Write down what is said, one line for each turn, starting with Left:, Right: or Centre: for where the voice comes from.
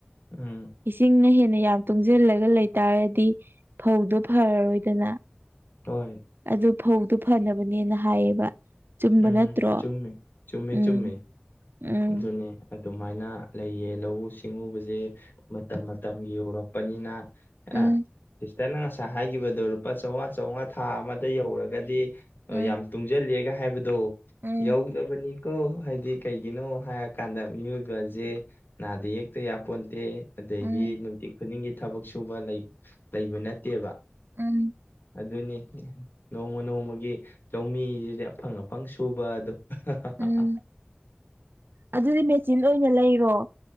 Left: ꯎꯝ
Right: ꯏꯁꯤꯡꯅ ꯍꯦꯟꯅ ꯌꯥꯝ ꯇꯨꯡꯖꯤꯜꯂꯒ ꯂꯩꯇꯥꯔꯗꯤ ꯐꯧꯗꯣ ꯐꯔꯔꯣꯏꯗꯅꯥ
Left: ꯇ‌ꯣꯏ
Right: ꯑꯗꯨ ꯐꯧꯗꯨ ꯐꯅꯕꯅꯦꯅ ꯍꯥꯏꯌꯦꯕ ꯆꯨꯝꯕ
Left: ꯎꯝ
Right: ꯅꯠꯇ꯭ꯔꯣ
Left: ꯆꯨꯝꯃꯤ ꯆꯨꯝꯃꯤ
Right: ꯎꯝ
Left: ꯆꯨꯝꯃꯤ
Right: ꯎꯝ
Left: ꯑꯗꯨꯅꯦ ꯑꯗꯨꯃꯥꯏꯅ ꯂꯩꯌꯦ ꯂꯧꯎ ꯁꯤꯡꯎꯕꯖ‌ꯦ ꯃꯇꯝ ꯃꯇꯝꯒꯤ ꯌꯧꯔꯛꯄꯅꯤꯅ ꯑ‌ꯦꯑꯥ
Right: ꯎꯝ
Left: ꯏꯁ ꯇꯅ ꯉꯁꯥꯏ ꯍꯥꯏꯒꯤꯕꯗꯣ ꯂꯨꯄꯥ ꯆꯧꯉꯥ ꯆꯧꯉꯥ ꯊꯥ ꯑꯃꯥꯗꯩ ꯌꯧꯔꯒꯗꯤ ꯑꯥ
Right: ꯎꯝ
Left: ꯌꯥꯝ ꯇꯨꯡꯖꯜꯂꯦꯒ ꯍꯥꯏꯕꯗꯣ
Right: ꯎꯝ
Left: ꯌꯧꯗꯕꯅꯤ ꯀ‌‌ꯣ ꯍꯥꯏꯗꯤ ꯀꯩꯒꯤꯅꯣ ꯍꯥꯏꯔ ꯀꯥꯟꯗ ꯃꯤꯌ‌ꯣꯏꯕꯖ‌ꯦ ꯅꯥꯗ ꯌꯦꯛꯇ ꯌꯥꯄꯣꯟꯇꯦ ꯑꯗꯩꯒꯤ
Right: ꯎꯝ
Left: ꯅꯨꯡꯇꯤ ꯈꯨꯗꯤꯡꯒꯤ ꯊꯕꯛ ꯁꯨꯕ ꯂꯩ ꯂꯩꯕ ꯅꯠꯇꯦꯕ
Right: ꯎꯝ
Left: ꯑꯗꯨꯅꯤ ꯅꯣꯡꯃꯥ ꯅꯣꯡꯃꯥꯒꯤ ꯂꯧ ꯃꯤꯖꯤꯗꯤ ꯑꯐꯪ ꯑꯐꯪ ꯁꯨꯕ ꯑꯗꯨ <unintelligible>
Right: ꯎꯝ ꯑꯗꯨꯗꯤ ꯃꯦꯆꯤꯟ ꯑꯣꯏꯅ ꯂꯩꯔꯣ